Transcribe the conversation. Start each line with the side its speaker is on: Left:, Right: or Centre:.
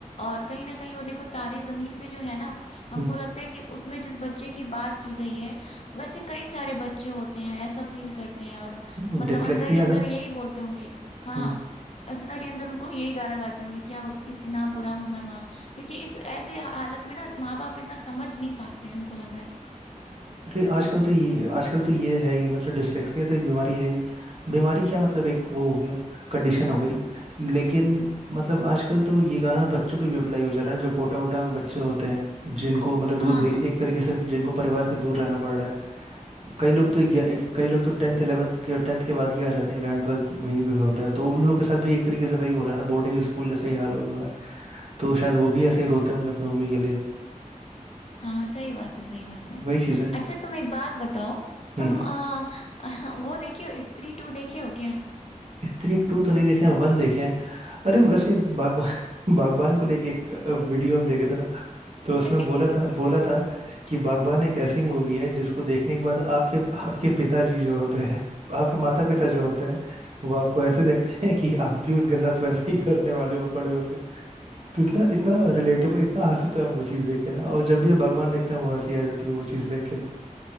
Left: और कहीं ना कहीं वो देखो तारे जमीन पे जो है ना हमको
Right: हम्म
Left: लगता है कि उसमें जिस बच्चे की बात की गई है वैसे कई सारे बच्चे होते हैं ऐसा फील करते हैं और
Right: हम्म
Left: मतलब
Right: डिसलेक्सिया
Left: अंदर ही अंदर
Right: ना
Left: यही बोलते होंगे हाँ
Right: हम्म
Left: नरेंद्र उनको यही गाना गाते होंगे क्या उत- इतना बुरा हूं मैं माँ क्योंकि इस ऐसे हालत में ना माँ बाप इतना समझ नहीं पाते हैं हमको लग रहा है
Right: अरे आजकल तो ये आजकल तो ये है ही मतलब डिसलेक्सिया तो एक बीमारी है ही बीमारी क्या मतलब एक वो हो गया कंडीशन हो गई लेकिन मतलब आजकल तो ये गाना बच्चों पे भी अप्लाई हो जा रहा है जो कोटा वोटा में बच्चे होते हैं जिनको मतलब दूर
Left: हाँ
Right: भी
Left: हाँ
Right: एक तरीके से जिनको परिवार से दूर रहना पड़ रहा है कई लोग
Left: हम्म,
Right: तो ग्या- एक- कई लोग तो टेंथ इलेवेंथ के टेंथ के बाद ही आ जाते हैं इलेवन ट्वेल्थ वहीं पे होता है तो उन लोग के साथ भी एक तरीके से वही हो रहा है ना बोर्डिंग स्कूल जैसे ही हाल हो रहा है तो शायद वो भी ऐसे ही रोते होंगे अपनी मम्मी के लिए
Left: हाँ हाँ, सही बात है सही बात है
Right: वही चीज़ है
Left: अच्छा तुम एक बात बताओ
Right: हम्म
Left: तुम आ, <laughs> वो देखे हो स्त्री टू देखे हो क्या
Right: स्त्री टू तो नहीं देखे हैं वन देखे हैं अरे वैसे बागबान <laughs> बागबान को लेके एक वीडियो हम देखे थे ना तो
Left: <laughs>
Right: उसमें बोला था बोला था कि बागबान एक ऐसी मूवी है जिसको देखने के बाद आपके आपके पिताजी जो होते हैं आपके माता पिता जो होते हैं वो आपको ऐसे देखते हैं कि आप भी उनके साथ वैसे ही करने वाले हो बड़े होके तो इतना इतना रिलेटेबल इतना हंसी था वो चीज़ देख के
Left: हाँ
Right: ना और जब भी हम बागबान देखते हैं वो हंसी आ जाती है वो चीज़ देख के